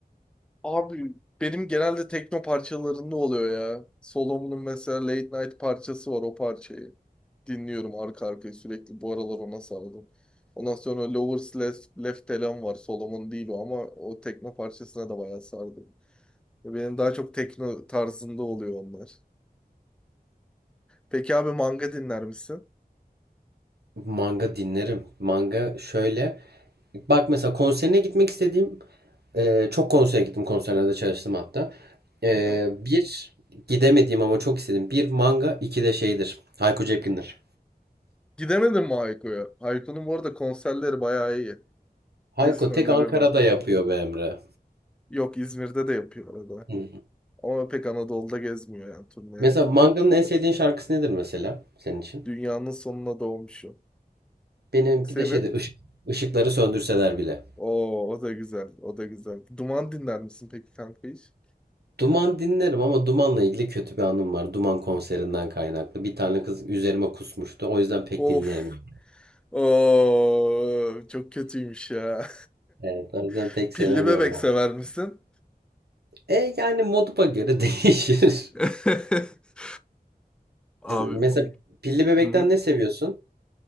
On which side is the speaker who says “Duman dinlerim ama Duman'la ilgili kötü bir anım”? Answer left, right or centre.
Right